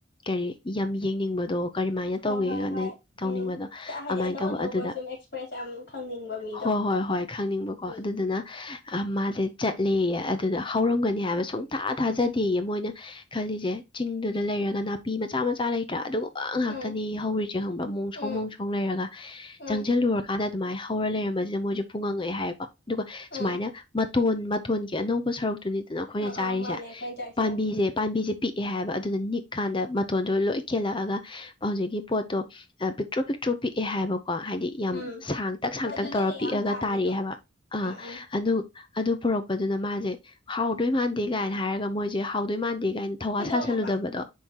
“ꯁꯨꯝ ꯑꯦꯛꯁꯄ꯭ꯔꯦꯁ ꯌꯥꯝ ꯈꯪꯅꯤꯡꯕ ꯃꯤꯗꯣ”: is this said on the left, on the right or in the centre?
Left